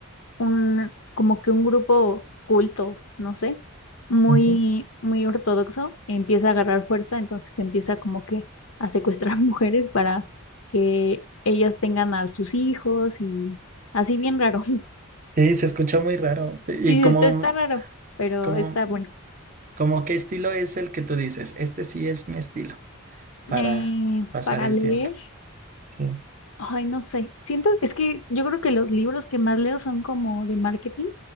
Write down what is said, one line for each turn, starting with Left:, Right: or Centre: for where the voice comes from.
Left: un, como que un grupo culto, no sé, muy,
Right: ujú.
Left: muy ortodoxo, empieza a agarrar fuerza, entonces empieza como que a secuestrar <laughs> mujeres para que ellas tengan a sus hijos y así bien raro.
Right: Sí, se escucha muy raro. ¿Y
Left: Sí,
Right: como
Left: está, está raro, pero
Right: como
Left: está bueno.
Right: como qué estilo es el que tú dices? Este sí es mi estilo para
Left: Eh,
Right: pasar
Left: para
Right: el
Left: leer,
Right: tiempo. Sí.
Left: ay, no sé. Siento, es que yo creo que los libros que más leo son como de marketing,